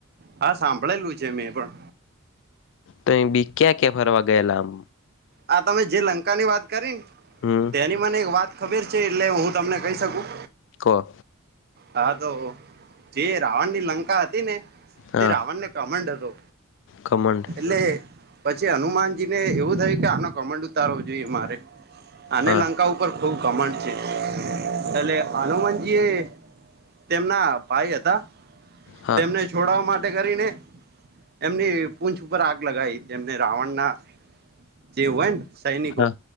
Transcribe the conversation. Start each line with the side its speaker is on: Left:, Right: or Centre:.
Right: હા સાંભળેલું છે મેં પણ.
Left: તો બી ક્યાં ક્યાં ફરવા ગયેલા આમ.
Right: આ તમે જે લંકા ની વાત કરી ને
Left: હમ
Right: તેની મને એક વાત. ખબેર છે એટલે હું તમને કહી શકું.
Left: કહ.
Right: હા તો જે રાવણ ની લંકા હતી ને
Left: હા
Right: તે રાવણને. કામંડ હતો.
Left: કમંડ.
Right: એટલે પછી હનુમાનજી ને એવું થયું કે આનો કમંડ ઉતારવો જોઈએ મારે. અને
Left: હા
Right: લંકા ઉપર ખૂબ કમાંડ છે એટલે હનુમાનજી એ. તેમના ભાઈ હતા
Left: હા
Right: તેમને. છોડાવવા માટે કરીને એમની પૂંછ ઉપર આગ લગાવી તેમને રાવણના. જેવું હોય સૈનિકો.
Left: હા